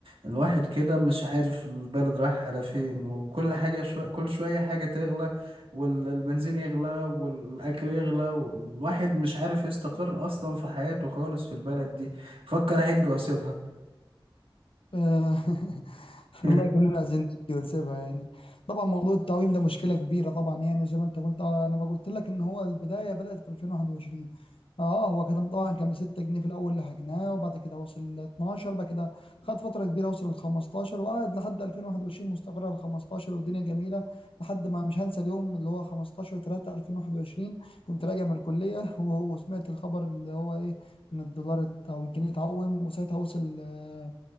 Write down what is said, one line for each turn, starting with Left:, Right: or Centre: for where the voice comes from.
Right: الواحد كده مش عارف البلد رايح على فين وكل حاجة شو... كل شوية حاجة تغلى والبنزين يغلى والأكل يغلى والواحد مش عارف يستقر أصلا في حياته خالص في البلد دي فكر أهج وأسيبها
Left: آه، <laughs>
Right: <laughs>
Left: والله كلنا عايزين نبكي ونسيبها يعني طبعا موضوع التعويم ده مشكله كبيره طبعا يعني وزي ما انت قلت آه، انا ما قلت لك ان هو البدايه بدات في 2021 اه هو كده طبعا كان ب 6 جنيه في الاول اللي حجناه وبعد كده وصل ل 12 بعد كده خد فتره كبيره وصل ل 15 وقعد لحد 2021 مستقر على 15 والدنيا جميله لحد ما مش هنسى اليوم اللي هو 15 3 2021 كنت راجع من الكليه و- وسمعت الخبر اللي هو ايه ان الدولار ات- او الجنيه اتعوم وساعتها وصل آه،